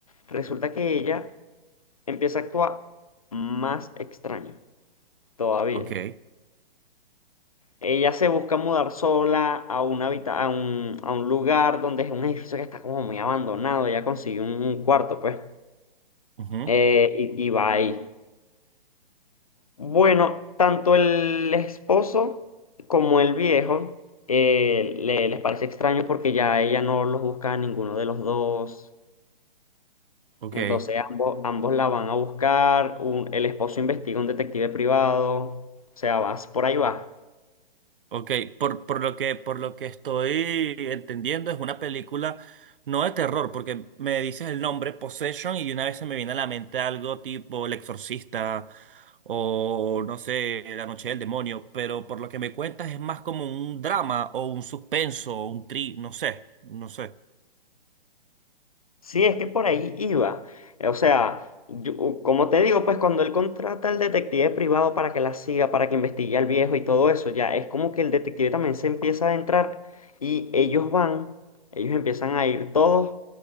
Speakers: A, on the left; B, on the right.
A: Resulta que ella empieza a actuar más extraño todavía.
B: Ok.
A: Ella se busca mudar sola a un, habita- a un, a un lugar donde es un edificio que está como muy abandonado. Ella consigue un, un cuarto, pues,
B: Ujú,
A: eh, y, y va ahí. Bueno, tanto el esposo como el viejo eh, le- les parece extraño porque ya ella no los busca a ninguno de los dos.
B: Ok.
A: Entonces ambos, ambos la van a buscar. un- el esposo investiga un detective privado. O sea, vas por ahí va.
B: Ok. Por, por lo que, por lo que estoy entendiendo, es una película no de terror, porque me dices el nombre Possession y una vez se me viene a la mente algo tipo El Exorcista o no sé, La Noche del Demonio, pero por lo que me cuentas es más como un drama o un suspenso o un tri, no sé, no sé.
A: Sí, es que por ahí iba. Eh, O sea, yo- u- como te digo, pues cuando él contrata al detective privado para que la siga, para que investigue al viejo y todo eso, ya es como que el detective también se empieza a adentrar y ellos van, ellos empiezan a ir todos